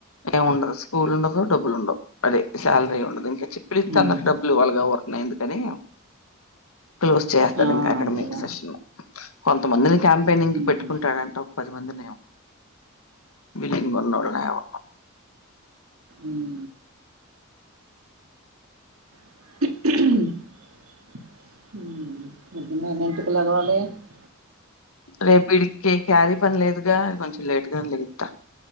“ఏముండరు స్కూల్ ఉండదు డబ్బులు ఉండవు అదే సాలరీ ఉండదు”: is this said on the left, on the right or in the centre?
Left